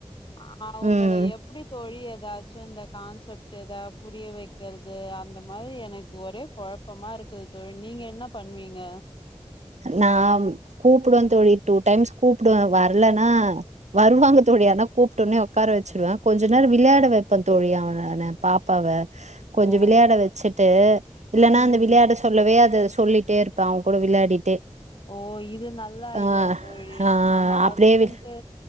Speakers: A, on the left; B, on the right.
A: க அவங்கள
B: ம்
A: எப்டி தொழியது ஏதாச்சு இந்த கான்செப்ட் ஏதாவது புரிய வைக்கிறது அந்த மாதிரி எனக்கு ஒரே குழப்பமா இருக்குது தோழி நீங்க என்ன பண்ணுவீங்க
B: நா கூப்பிடுவே தோழி டூ டைம்ஸ் கூப்பிடுவே வரலைன்னா வருவாங்க தோழி ஆனா கூப்டோனே உக்கார வச்சுருவே கொஞ்ச நேரோ விளையாட வைப்ப தோழியவன பாப்பாவ
A: ஓ
B: கொஞ்ச விளையாட வச்சுட்டு இல்லைன்னா
A: ம்
B: அந்த விளையாட சொல்லவே அது சொல்லிட்டே இருப்பா கூட விளையாடிட்டே
A: ஓ இது நல்ல
B: ஆ
A: ஐடியா தோழி
B: ஆ
A: நம்ம அதுக்குன்ட்டு
B: அப்டியே